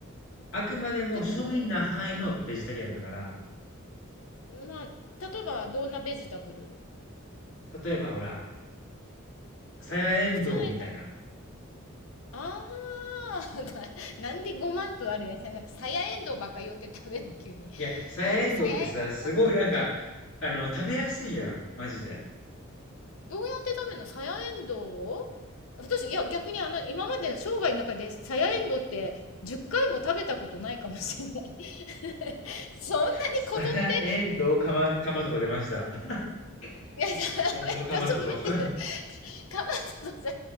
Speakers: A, on the left; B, on the left.
A: あくまでも庶民な範囲のベジタリアンだから、
B: 例えば、うん。まあ、例えば、どんなベジタブル
A: 例えばほら、さやえんどうみたいな。
B: 普通の野菜。ああ、な、なんで5万とある野菜、なんかさやえんどうばっか寄って食べるの、急に。
A: いや、さやえんどうってさ、
B: あー、もうさやえんどうだ。
A: すごいなんか、あの、食べやすいやん、マジで。
B: どうやって食べるのさやえんどうを私、いや、逆にあの、今までの生涯の中でさやえんどうって10回も食べたことないかもしれない。<laughs> そんなにこぞって
A: さやえんどうかま、かまとと出ました。<laughs>
B: いや、
A: さやえんどうかまとと。
B: ダメだ、そう、待って、
A: <laughs>
B: <laughs> かまそさだっ